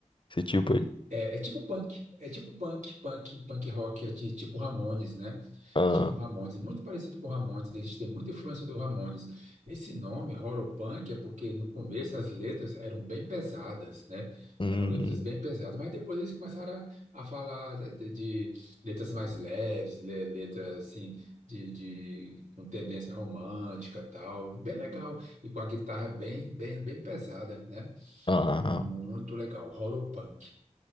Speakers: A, on the left; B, on the right.
A: esse tipo aí?
B: E É, é tipo punk, é tipo punk, punk, punk rock, é ti- tipo Ramones, né?
A: Ah,
B: Tipo Ramones, muito parecido com Ramones, eles têm muita influência do Ramones. Esse nome, horror punk, é porque no começo as letras eram bem pesadas, né?
A: hum,
B: Eram letras bem pesadas, mas depois eles começaram a, a falar de, de letras mais leves, le- letras assim, de, de com tendência romântica e tal, bem legal, e com a guitarra bem, bem, bem pesada, né?
A: ah,
B: Muito legal, Horopunk.